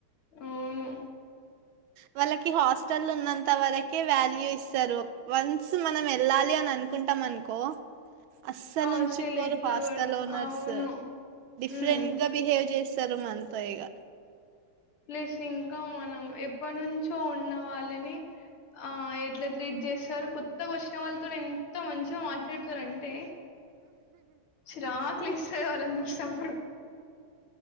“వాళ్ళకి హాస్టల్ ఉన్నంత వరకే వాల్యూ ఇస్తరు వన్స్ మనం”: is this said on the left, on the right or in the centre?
Right